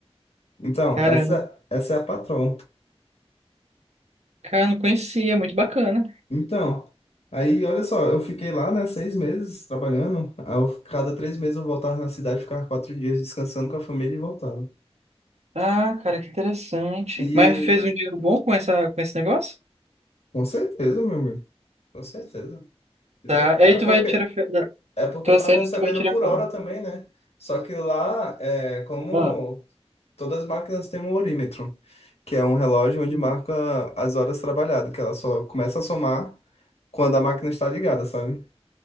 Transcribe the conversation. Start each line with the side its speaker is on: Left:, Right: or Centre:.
Left: Então,
Right: Caramba.
Left: essa, essa é a patrol.
Right: Cara, não conhecia, é muito bacana.
Left: Então, aí olha só, eu fiquei lá, né, seis meses trabalhando. Aí eu- cada três meses eu voltava na cidade, ficava quatro dias descansando com a família e voltava.
Right: Ah, cara, que interessante.
Left: E
Right: Mas fez um dinheiro bom com essa, com esse negócio?
Left: Com certeza, meu amigo. Com certeza. Entendeu?
Right: Tá.
Left: É
Right: Aí tu
Left: porque,
Right: vai tirar. fe- da-
Left: é porque
Right: Tua
Left: eu tava
Right: série
Left: recebendo
Right: tu vai tirar
Left: por
Right: quando?
Left: hora também, né? Só que lá, é, como
Right: Ah,
Left: todas as máquinas têm um horímetro, que é um relógio onde
Right: hum.
Left: marca as horas trabalhadas, que ela só começa a somar quando a máquina está ligada, sabe?